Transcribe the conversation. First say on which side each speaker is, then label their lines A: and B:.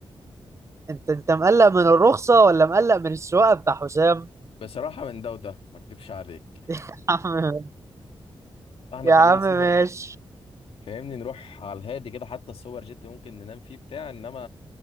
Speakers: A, on the right; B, on the left.
A: انت انت مقلق من الرخصه ولا مقلق من السواقه بتاع حسام
B: بصراحة من ده وده ما اكدبش عليك
A: <laughs> يا عم
B: احنا
A: يا
B: خلينا
A: عم
B: سوبر
A: ماشي
B: جيت فاهمني نروح على الهادي كده حتى السوبر جيت ممكن ننام فيه بتاع انما